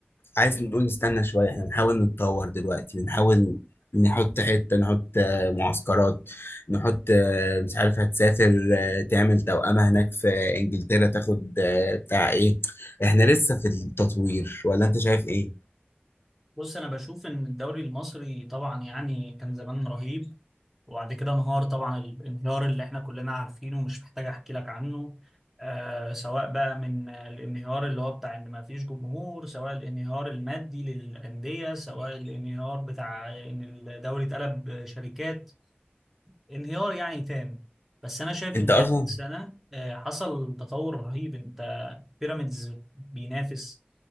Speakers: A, on the left; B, in the centre.
A: عايز نقول نستنى شويه احنا بنحاول نتطور دلوقتي بنحاول نحط حته نحط آه، معسكرات نحط آه، مش عارف هتسافر آه، تعمل توأمة هناك في انجلترا تاخد آه، بتاع ايه احنا لسه في التطوير ولا انت شايف ايه
B: بص انا بشوف ان الدوري المصري طبعا يعني كان زمان رهيب وبعد كده انهار طبعا الانهيار اللي احنا كلنا عارفينه ومش محتاج احكي لك عنه آه سواء بقى من آه، الانهيار اللي هو بتاع ان ما فيش جمهور سواء الانهيار المادي للأندية سواء الانهيار بتاع ان الدوري اتقلب شركات انهيار يعني تام بس انا شايف
A: انت
B: ان
A: اصلا
B: اخر السنه آه، حصل تطور رهيب انت بيراميدز بينافس